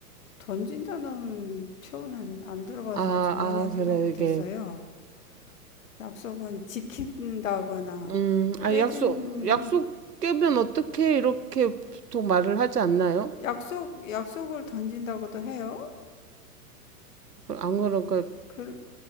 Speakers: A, on the left; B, on the right.
A: 던진다는 표현은 안 들어봐서
B: 아,
A: 전혀
B: 아,
A: 생각
B: 그래,
A: 못했어요.
B: 이게.
A: 약속은 지킨다거나
B: 음, 아,
A: 깨진
B: 약속, 약속 깨면 어떻게 이렇게 보통 말을 하지 않나요?
A: 약속 약속을 던진다고도 해요.
B: 안 그러니까
A: 그,